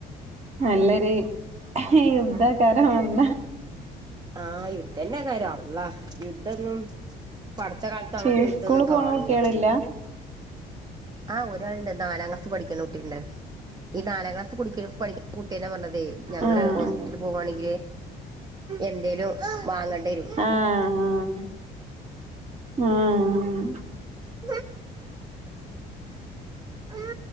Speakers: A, on the right (about 40°); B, on the right (about 25°).
A: നല്ലൊരു യുദ്ധാകാരം വന്നാ
B: ആഹ് യുദ്ധന്നേക്കാരം അള്ള യുദ്ധന്നും പ്പട്ത്ത കാലത്ത് അങ്ങത്തെ
A: ചെ
B: യുദ്ധന്നും
A: സ്കൂള് പോണ
B: കാണൂല
A: കുട്ടികളില്ല
B: ആഹ്ആ ഒരാളുണ്ട് നാലാം ക്ലാസ് പഠിക്കണ കുട്ടിണ്ട് ഈ നാലാം ക്ലാസ് കു കുട്ട്യന്നെ പറഞ്ഞതേ ഞങ്ങള്
A: ആഹ്
B: ഹോസ്പിറ്റല് പോവാണെങ്കില് എന്തേലും വാങ്ങാ
A: ആഹ് ആഹ് ആഹ്
B: <unintelligible> ഉം